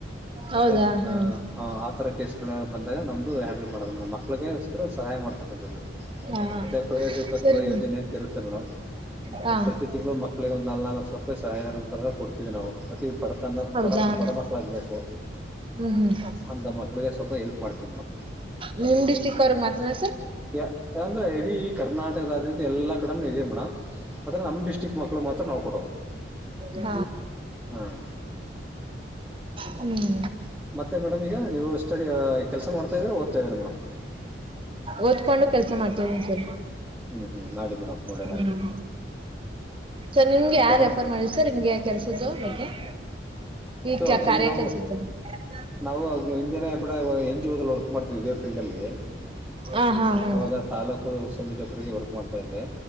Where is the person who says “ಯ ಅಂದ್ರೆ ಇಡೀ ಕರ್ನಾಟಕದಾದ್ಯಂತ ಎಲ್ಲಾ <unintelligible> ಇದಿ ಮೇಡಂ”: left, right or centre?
Centre